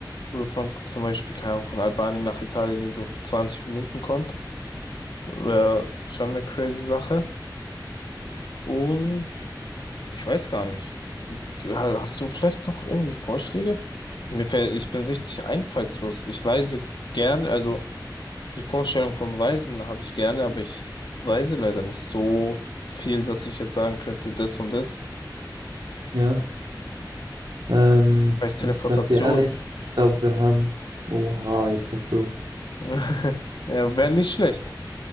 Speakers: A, on the left; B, on the right.
A: so dass man zum Beispiel, keine Ahnung, von Albanien nach Italien in so 20 Minuten kommt, wäre schon eine crazy Sache. Und ich weiß gar nicht. Ja, hast du vielleicht noch irgendwie Vorschläge? Mir fällt, ich bin richtig einfallslos. Ich reise gerne, also die Vorstellung vom Reisen habe ich gerne, aber ich reise leider nicht so viel, dass ich jetzt sagen könnte, das und das.
B: Ja. Ähm,
A: Vielleicht
B: ich
A: Teleportation.
B: sag dir ehrlich, ich glaube, wir haben. Oha, jetzt hast du.
A: <laughs> Ja, wäre nicht schlecht.